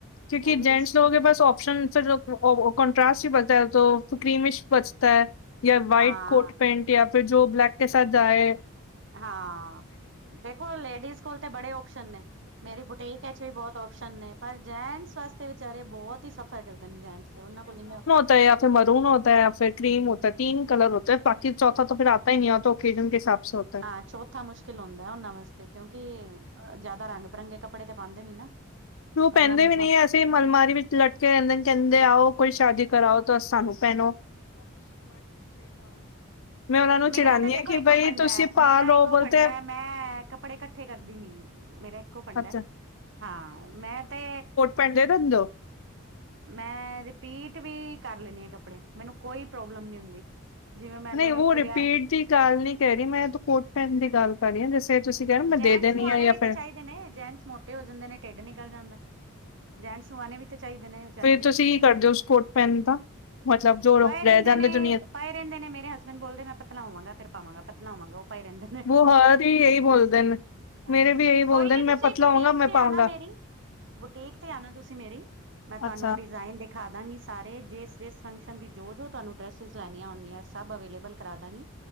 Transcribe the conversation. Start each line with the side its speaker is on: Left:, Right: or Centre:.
Left: ਕਿਉਂਕ
Right: ਉਹ ਵੀ
Left: ਜੇਟਸੋ ਕੇ ਪਾਸ ਓਪਸ਼ਨ ਫਿਰ ਕੋਂਟ੍ਰਾਸਟ ਹੀ ਬਚਦਾ ਕ੍ਰੀਮਿਸ਼ ਬਚਤਾ ਹੈ ਜਾਂ ਵਾਈਟ
Right: ਹਾਂ,
Left: ਕੋਟ ਪੈਂਟ ਜਾਂ ਫਿਰ ਜੋ ਬਲੈਕ ਕੇ ਸਜ ਜਾਏ।
Right: ਹਾਂ ਦੇਖੋ ਲੇਡੀਜ਼ ਕੋਲ ਤੇ ਬੜੇ ਓਪਸ਼ਨ ਨੇ ਮੇਰੀ ਬੁਟੀਕ ਵਿੱਚ ਵੀ ਬਹੁਤ ਓਸ਼ਨ ਨੇ ਪਰ ਜੈਂਟਸ ਵਾਸਤੇ ਵਿਚਾਰੇ ਬਹੁਤ ਹੀ ਸਫ਼ਰ ਕਰਦੇ ਨੇ ਜੈਂਟਸ ਦੇ ਉਹਨਾਂ ਕੋਲ
Left: ਜਾਂ ਫਿਰ ਮਰੂਨ ਹੋ ਹੈ ਜਾਂ ਫਿਰ ਕਰੀਮ ਹੋਤਾ ਹੈ। ਤੀਨ ਕਰ ਹੋਤਾ ਹੈ। ਬਾਕੀ ਚੌਥਾ ਫਿਰ ਆਤਾ ਹੀ ਨਹੀਂ ਹੋ ਤਾਂ ਓਕੇਜਨ ਕੇ ਹਿਸਾਬ ਹੋ
Right: ਹਾਂ ਚੌਥਾ ਮੁਸ਼ਕਿਲ ਹੁੰਂਦਾ ਉਹਨਾਂ ਵਾਸਤੇ ਕਿਉਂਕਿ ਜਿਆਦਾ ਰੰਗ ਬਿਰੰਗੇ ਕੱਪੜੇ ਤੇ ਪਾਉਂਦੇ ਨੀ ਨਾ
Left: ਉਹ ਪਹਿੰਦੇ
Right: ਉਹਨਾਂ ਨੂੰ
Left: ਵੀ ਨਹੀਂ
Right: ਥੋ
Left: ਫ ਮਲਮਾਰੀ ਵਿੱਚ ਲਟਕੇ ਰਹਿੰਦੇ ਕਹਿੰਦੇ ਆਓ ਕੋਈ ਸ਼ਾਦੀ ਕਰਾਓ ਤਾਂ ਸਾਨੂੰ ਪੈਨੋ। ਮੈਂ ਉਹਨਾਂ ਨੂੰ ਚਿੜਾਨੀ
Right: ਮੇਰਾ ਤੇ ਦੇਖੋ
Left: ਆ ਕਿ
Right: ਇੱਕੋ
Left: ਬਈ
Right: ਫੰਡ
Left: ਤੁਸੀਂ
Right: ਹੈ,
Left: ਪਾ
Right: ਮੇਰਾ
Left: ਲਓ
Right: ਇੱਕੋ
Left: ਬੋਲਤੇ
Right: ਫੰਡਾ
Left: ਹੈ
Right: ਮੈਂ ਕੱਪੜੇ ਇਕੱਠੇ ਕਰਦੀ ਨੀ ਮੇਰਾ ਫੰਡਾ
Left: ਅੱਛਾ,
Right: ਹਾਂ ਮੈਂ ਤੇ
Left: ਪਡ ਦੰਦੋ
Right: ਮੈਂ ਰਿਪੀਟ ਵੀ ਕਰ ਲੈਦੀ ਹਾਂ ਕੱਪੜੇ ਮੈਨੂੰ ਕੋਈ ਪ੍ਰੋਬਲਮ ਨਹੀਂ ਹੁੰਦੀ। ਜਿਵੇਂ ਮੈਨੂੰ
Left: ਨਹੀਂ ਉਹ
Right: ਇੱਕ
Left: ਰਿਪੀਟ
Right: ਵਿਆਹ
Left: ਦੀ ਗੱਲ ਨੀ ਕਹਿ ਰਹੀ ਮੈਂ ਤੂੰ ਕੋਟ ਪੈਣ ਦੀ ਗੱਲ ਸੀਆ ਜਸੇ ਤੁਸੀਂ ਕਹਿਣਾ ਮੈਂ ਦੇਣੀ
Right: ਜੈਂਟਸ ਨੂੰ ਆਣੇ
Left: ਹਾਂ ਜਾਂ
Right: ਵੀ ਤਾਂ
Left: ਫਿਰ
Right: ਚਾਹੀਦੇ ਨੇ ਜੈਂਨਟਸ ਮੋਟੇ ਹੋ ਜਾਂਦੇ ਨੇ ਢਿੱਡ ਨਿਕਜਲ ਜਾਂਦਾ ਜੈਂਟਸ ਨੂ ਆਣੇ ਵੀ ਤੇ ਚਾਹੀਦੇ ਨੇ। ਵਿਚਾਰਿਆਂ
Left: ਫੇਰ
Right: ਨੂੰ
Left: ਤੁਸੀਂ ਕੀ ਕਰਦੇ ਹੋ ਉਸ ਕੋਟ ਪੈਣ ਦਾ ਮਤਲਬ ਜੋ ਰਹਿ
Right: ਪਏ ਰਹਿੰਦੇ
Left: ਜਾਂਦੇ
Right: ਨੇ
Left: ਜੋ?
Right: ਪਏ ਰਹਿੰਦੇ ਨੇੇ ਮੇਰੇ ਹਸਬੈਂਡ ਬੋਲਦੇ ਨੇ ਮੈ ਪਤਲਾ ਹੋਵਾਂਗਾ ਫਿਰ ਪਾਵਾਂਗਾ ਪਤਲਾ ਹੋਵਾਂਗਾ ਉਹ ਪਏ ਰਹਿੰਦੇ ਨੇ।
Left: ਬੋ ਹਾਰ ਹੀ ਇਹੀ ਬੋਲਦੇ ਨੇ।
Right: ਹਾਂ
Left: ਮੇਰੇ ਵੀ ਇਹੀ ਬੋਲਦੇ
Right: ਕੋਈ ਨੀ
Left: ਨੇ ਮੈਂ
Right: ਤੁਸੀਂ
Left: ਪਤਲਾ
Right: ਬੁਟੀਕ
Left: ਹੋਊਂਗਾ ਮੈਂ
Right: ਤੇ
Left: ਪਾਊਂਗਾ
Right: ਆਣਾ ਮੇਰੀ ਬੁਟੀਕ ਤੇ ਆਉਣਾ ਤੁਸੀਂ ਮੇਰੀ ਮੈਂ ਤੁਹਾਨੂੰ
Left: ਅੱਛਾ
Right: ਡਿਜ਼ਾਇਨ ਦੇਖ ਦਿਖਾ ਦਾਂਗੀ ਸਾਰੇ ਜਿਸ ਜਿਸ ਫੰਕਸ਼ਨ ਦੀ ਜੋ ਤੁਹਾਨੂੰ ਡਰੈਸਿਸ ਲੈਣੀਆਂ ਹੋਣਗੀਆਂ ਸਭ ਅਵੇਲੇਬਲ ਕਰਾ ਦਾਂਗੀ।